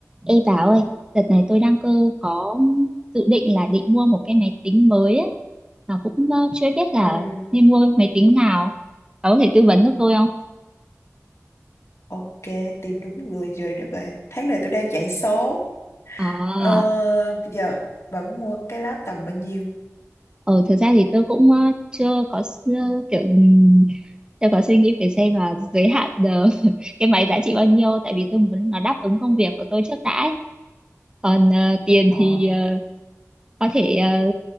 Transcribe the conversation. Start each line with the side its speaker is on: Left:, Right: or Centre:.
Right: Ê bà ơi, đợt này tôi đang cơ có dự định là định mua một cái máy tính mới ấy. Mà cũng ờ, chưa biết là
Left: Ừ,
Right: nên mua máy tính nào. Bà có thể tư vấn giúp tôi không?
Left: ok, tìm đúng người rồi đó bạn. Tháng này tôi đang chạy số.
Right: Ờ,
Left: Ờ, giờ bạn muốn mua cái lá tầm bao nhiêu?
Right: ờ thực ra thì tôi cũng ờ, chưa có s- ờ, kiểu ừm, chưa có suy nghĩ về xem là giới hạn ờ, <laughs> cái máy giá trị bao nhiêu tại vì tôi muốn nó đáp ứng công việc của tôi trước đã ấy. còn ờ, tiền
Left: Ờ,
Right: thì ờ, có thể ờ,